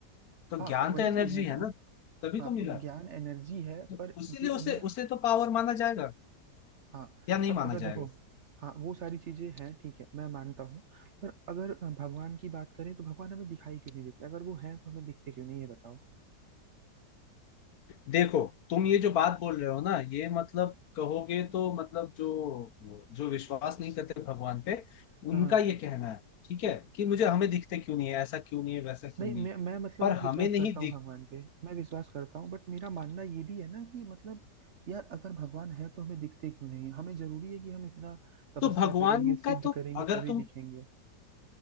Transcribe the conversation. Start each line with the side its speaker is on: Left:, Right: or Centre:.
Left: तो
Right: हाँ
Left: ज्ञान
Right: तो वही
Left: तो एनर्जी
Right: चीज है
Left: है
Right: ना
Left: ना तभी
Right: हाँ
Left: तो
Right: तो
Left: मिला
Right: ज्ञान एनर्जी है
Left: तो
Right: पर
Left: उसीलिए
Right: ये
Left: उसे
Right: मैं
Left: उसे तो पावर माना जाएगा
Right: हाँ
Left: या नहीं
Right: पर
Left: माना
Right: अगर
Left: जाएगा
Right: देखो हाँ वो सारी चीजें हैं ठीक है मैं मानता हूँ पर अगर भगवान की बात करें तो भगवान हमें दिखाई क्यों नहीं देते अगर वो हैं तो हमें दिखते क्यों नहीं ये बताओ
Left: देखो तुम ये जो बात बोल रहे हो ना ये मतलब कहोगे तो मतलब जो जो विश्वास नहीं करते भगवान पे उनका
Right: हाँ
Left: ये कहना है ठीक है कि मुझे हमें दिखते क्यों नहीं है ऐसा क्यों नहीं है वैसा क्यों
Right: नहीं
Left: नहीं
Right: मैं
Left: है
Right: मैं मतलब
Left: पर
Right: मैं विश्वास
Left: हमें नहीं
Right: करता
Left: दिख
Right: हूँ भगवान पे मैं विश्वास करता हूँ बट मेरा मानना ये भी है ना कि मतलब यार अगर भगवान है तो हमें दिखते क्यों नहीं है? हमें जरूरी है कि हम इतना तपस्या
Left: तो भगवान
Right: करेंगे सिद्ध
Left: का तो
Right: करेंगे
Left: अगर
Right: तभी
Left: तुम
Right: दिखेंगे